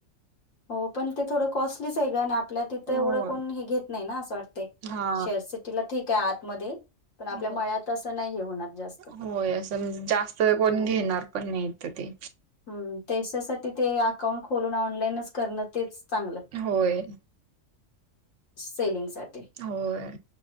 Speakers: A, on the left; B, on the right.
A: हो पण ते थोडं कॉस्टलीच आहे ग आणि आपल्या तिथं
B: हो
A: एवढं कोण हे घेत नाही ना असं वाटत तय
B: हा
A: शहर सिटीला ठीक आहे आतमध्ये पण आपल्या
B: हो
A: मळ्यात असं नाही हे होणार जास्त.
B: होय असं म्हणजे जास्त
A: हम्म.
B: कोण घेणार पण नाहीत ते
A: हम्म त्याच्यासाठी ते अकाउंट खोलून ऑनलाईनच करणं तेच चांगलं
B: होय
A: सेलिंग साठी
B: होय